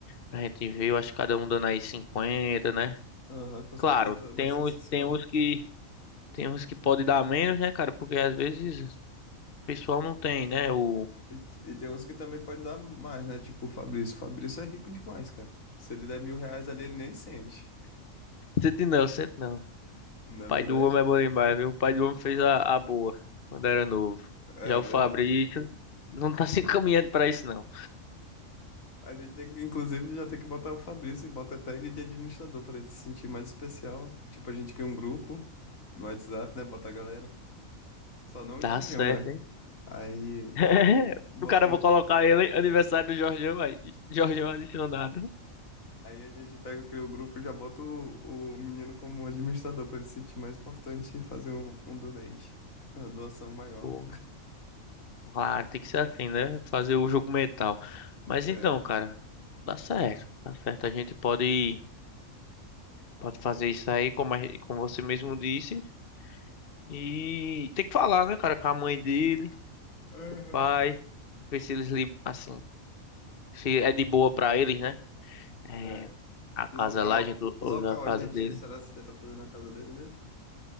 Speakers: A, on the left; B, on the left.
A: pra gente ver eu acho que cada um dando aí 50, né?
B: Aham, com
A: Claro,
B: certeza vai
A: tem
B: ser
A: uns,
B: essencial.
A: tem uns que, tem uns que pode dar menos, né, cara? Porque às vezes o pessoal não tem, né? O.
B: E, e tem uns que também pode dar mais, né? Tipo o Fabrício. O Fabrício é rico demais, cara. Se ele der mil reais ali, ele nem sente.
A: Sente não, sente não.
B: Na
A: pai
B: verdade,
A: do homem é bom demais, viu? O pai do homem fez a, a boa quando era novo.
B: é
A: Já
B: é
A: o
B: verdade.
A: Fabrício não tá <laughs> se encaminhando pra isso, não.
B: A gente tem que, inclusive, já tem que botar o Fabrício e bota até ele de administrador para ele se sentir mais especial. Tipo, a gente cria um grupo no WhatsApp, né? Bota a galera. Só não
A: Dá
B: o Jorginho,
A: certo,
B: né?
A: hein?
B: Aí
A: <laughs>
B: botou.
A: O cara, eu vou colocar ele, hein? aniversário do Jorgão, aí. Jorgão adicionado.
B: Aí a gente pega, cria o grupo e já bota o, o menino como administrador para ele se sentir mais importante e fazer um, um donate. Uma doação maior.
A: Boa. Claro, tem que ser assim, né? Fazer o jogo mental. Mas
B: É.
A: então, cara, dá certo, dá certo. A gente pode, pode fazer isso aí, como, a gen- como você mesmo disse. E tem que falar, né, cara, com a mãe dele,
B: Aham.
A: com o pai, ver se eles, li- assim, se é de boa pra eles, né? É,
B: É.
A: a casa
B: Local.
A: lá, a gente u- usa
B: Local
A: a casa
B: a gente,
A: dele.
B: será que tenta fazer na casa dele mesmo?